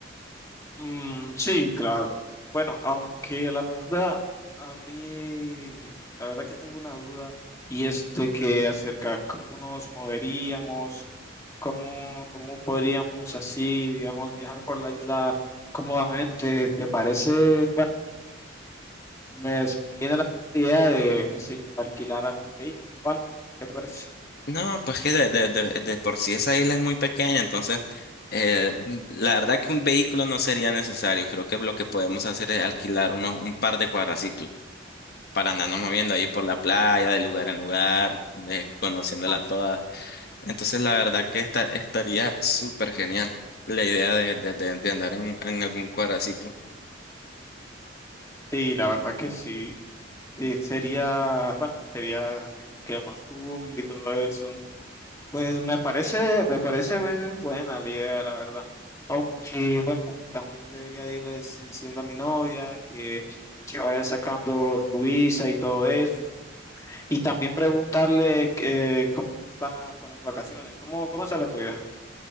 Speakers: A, on the left; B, on the left.
A: Mm, sí, claro. Bueno, aunque la verdad, a mí, la verdad que tengo una duda y es de que acerca cómo nos moveríamos, cómo, cómo podríamos así, digamos, viajar por la isla cómodamente. ¿Te parece? Me, se me viene a la idea de, qué sé yo, alquilar algún vehículo o algo. ¿Qué te parece?
B: No, pues que de, de, de, de por sí esa isla es muy pequeña, entonces eh, m- la verdad que un vehículo no sería necesario, creo que lo que podemos hacer es alquilar unos, un par de cuadraciclos. para andarnos moviendo ahí por la playa, de lugar en lugar, de- conociéndola
A: Ah,
B: toda.
A: sí, claro.
B: Entonces, la verdad que esta, estaría súper genial la idea de, de, de- de andar en, en algún cuadraciclo.
A: Sí, la verdad que sí. Eh, sería, bueno, sería así que lo más cool y todo eso. Pues me parece, me parece eh, buena la idea, la verdad. Aunque, bueno, también debería de irles diciendo a mi novia que, que vaya sacando su visa y todo eso. Y también preguntarle eh, cómo está con las vacaciones. ¿Cómo, cómo está la tuya?